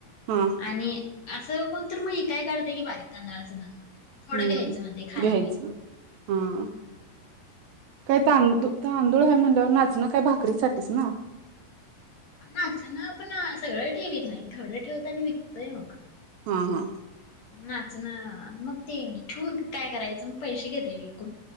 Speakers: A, on the right; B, on the left.
A: हा
B: आणि असं कोण तर मग काय काढतंय की बारीक तांदळाच ना. थोडं
A: हम्म
B: घ्यायचं म्हणते खायला
A: घ्यायचं
B: विकत
A: हा
B: हम्म.
A: काय तांदूळ तांदूळ आहे म्हणल्यावर नाचणं काय भाकरी साठीच ना.
B: नाच ना आपण सगळे ठेवीत नाही थोडं ठेवत आणि विकतय बग
A: हा हा.
B: नाच ना मग ते ठेवून काय करायचं मग पैसे घेते विकून